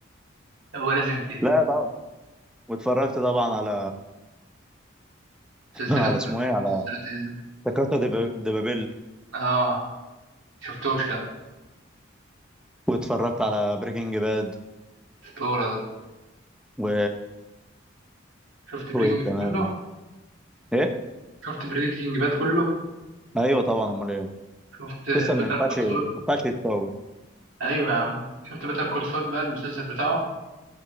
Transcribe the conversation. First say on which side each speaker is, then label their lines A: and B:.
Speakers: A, on the right; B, in the centre.
A: هو لازم كده
B: لا طبعا واتفرجت طبعا على
A: مسلسلات
B: <laughs> على
A: بقى
B: اسمه
A: شفت
B: ايه على
A: مسلسلات ايه
B: لا كاسا دي با- دي بابيل
A: اه شفتوش لا
B: واتفرجت على بريكنج باد
A: اسطورة ده
B: و <laughs>
A: شفت بريكنج
B: وايه كمان
A: باد كله
B: ايه
A: شفت بريكنج باد كله
B: ايوه طبعا امال ايه
A: شفت
B: مسلسل
A: بيتر
B: ما ينفعش
A: كول
B: ما
A: سول
B: ينفعش يتفوت
A: ايوه يا عم شفت بيتر كول سول بقى المسلسل بتاعه